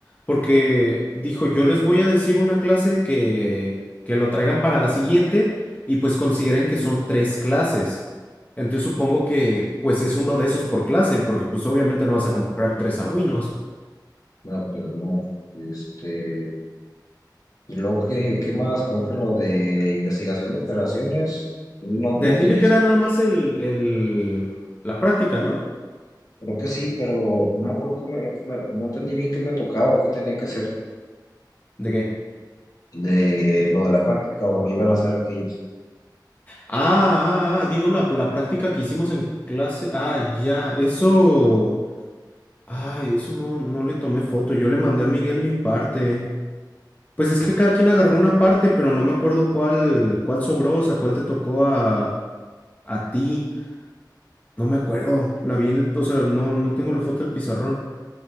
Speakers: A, on the left; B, on the left.
A: Porque dijo, yo les voy a decir una clase que, que lo traigan para la siguiente y pues consideren que son tres clases. Entonces supongo que pues es uno de esos por clase, porque pues obviamente no vas a comprar tres Arduinos.
B: No, pues no. Este, y luego, ¿qué, qué más? Creo que lo de investigación de operaciones, no, no
A: Del
B: entendí.
A: diré que
B: si-
A: era nada más el, el, la práctica, ¿no?
B: Creo que sí, pero no me acuerdo que me, que me- no entendí bien qué me tocaba o qué tenía que hacer.
A: ¿De qué?
B: de lo de la práctica o lo iban a hacer aquellos.
A: Ah, ah, ah, digo la, la práctica que hicimos en clase. Ah, ya, eso. Ay, eso no, no le tomé foto. Yo le mandé a Miguel mi parte. Pues es que cada quien agarró una parte, pero no me acuerdo cuál, cuál sobró, o sea, cuál te tocó a, a ti. No me acuerdo. La vi en el, o sea, no, no tengo la foto del pizarrón.